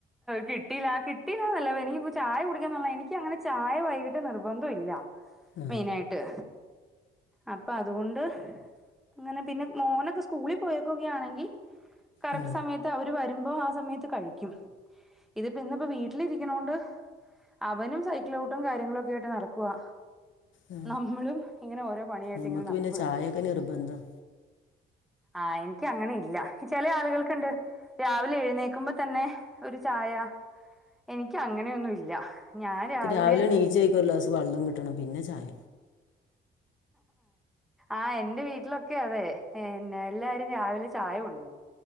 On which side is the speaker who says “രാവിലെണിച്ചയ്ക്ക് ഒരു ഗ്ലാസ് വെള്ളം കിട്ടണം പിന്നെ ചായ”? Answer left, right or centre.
Left